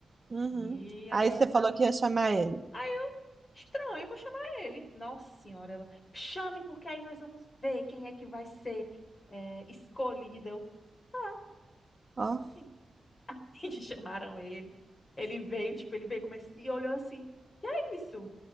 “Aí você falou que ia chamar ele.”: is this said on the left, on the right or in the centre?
Right